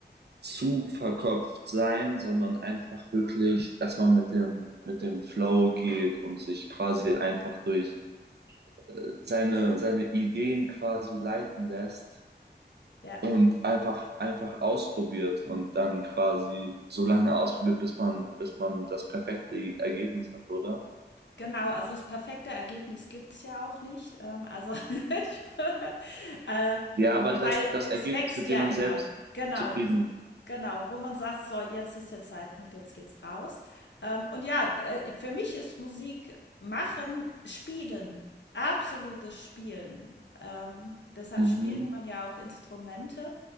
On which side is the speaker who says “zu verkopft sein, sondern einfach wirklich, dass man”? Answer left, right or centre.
Right